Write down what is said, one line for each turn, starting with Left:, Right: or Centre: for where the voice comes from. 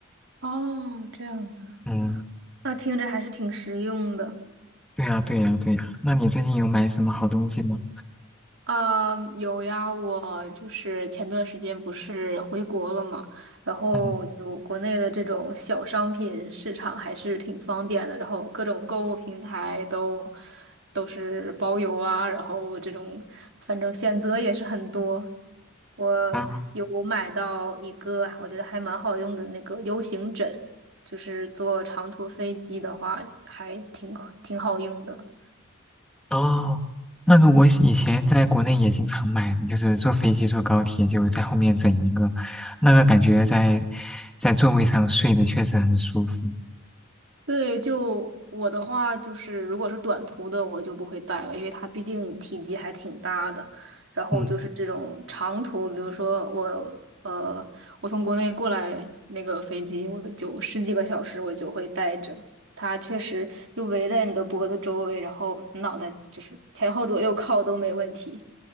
Right: 哦，这样子，
Centre: 嗯，
Right: 那听着还是挺实用的。
Centre: 对呀对呀对呀。那你最近有买什么好东西吗？
Right: 啊，有呀，我就是前段时间不是回国了嘛，然后就国内的这种小商品市场还是挺方便的，
Centre: 嗯
Right: 然后各种购物平台都都是包邮啊，然后这种反正选择也是很多。我
Centre: 啊
Right: 有买到一个我觉得还蛮好用的那个 U 型枕，就是坐长途飞机的话还挺挺好用的。
Centre: 哦，那个我以前在国内也经常买，就是坐飞机坐高铁就在后面整一个，那个感觉在在座位上睡的确实很舒服。
Right: 对，就我的话，就是如果是短途的，我就不会带了，因为它毕竟体积还挺大的。然后就是这种长途，
Centre: 嗯，
Right: 比如说我呃，我从国内过来那个飞机，我就十几个小时，我就会带着它，确实就围在你的脖子周围，然后脑袋就是前后左右靠都没问题。